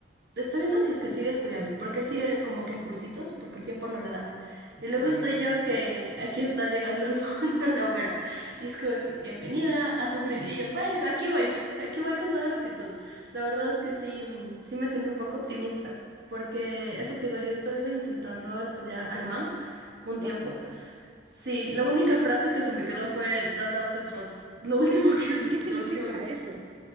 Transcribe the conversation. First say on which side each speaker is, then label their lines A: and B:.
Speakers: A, on the right; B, on the right.
A: Está viendo si es que sigue estudiando, porque él sigue como que en cursitos, porque el tiempo no le da. Y luego
B: Ah,
A: estoy
B: ya, correcto.
A: yo que aquí está llegando al <laughs> mundo laboral. Y es como que bienvenida a sufrir.
B: <laughs>
A: Y yo, bueno, aquí voy, aquí voy con toda la actitud. La verdad es que sí, mm, sí me siento un poco optimista, porque eso te digo, yo estuve intentando estudiar alemán un
B: Wow.
A: tiempo. Sí, la única frase que se me quedó fue Das Auto ist rot. Lo último <laughs> que se,
B: ¿Y qué
A: lo
B: significa
A: último que
B: eso?